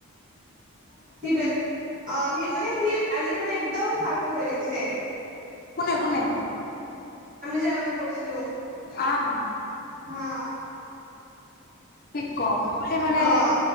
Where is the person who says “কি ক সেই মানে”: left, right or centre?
Left